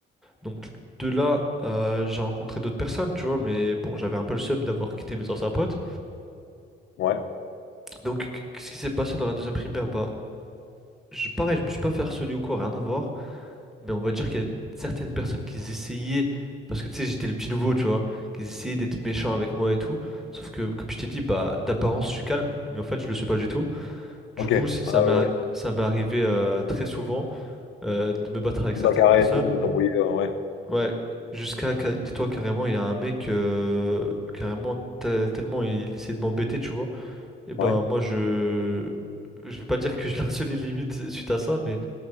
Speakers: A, in the centre; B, on the left.
A: Donc de là, euh, j'ai rencontré d'autres personnes, tu vois, mais bon, j'avais un peu le seum d'avoir quitté mes anciens potes.
B: ouais. Ouais.
A: Donc qu- qu'est-ce qui s'est passé dans la deuxième primaire? Bah, je, pareil, je me suis pas fait harceler ou quoi, rien à voir. Mais on va dire qu'il y a certaines personnes qui essayaient, parce que tu sais, j'étais le petit nouveau, tu vois, qui essayaient d'être méchants avec moi et tout. Sauf que, comme je t'ai dit, bah, d'apparence, je suis calme, mais en fait, je le suis pas du tout. Du
B: Ok.
A: coup, ça
B: Ah,
A: m'est,
B: ouais,
A: arri-
B: ouais.
A: ça m'est arrivé euh, très souvent euh, de me battre avec
B: Tout
A: certaines
B: bagarrer
A: personnes.
B: et tout, de t'embrouiller, ouais.
A: Ouais, jusqu'à, ca- dis-toi carrément, il y a un mec, euh, carrément, te- tellement il, il essayait de m'embêter, tu vois. Et ben,
B: Ouais,
A: moi, je. Je vais pas dire que je le harcelais limite suite à ça, mais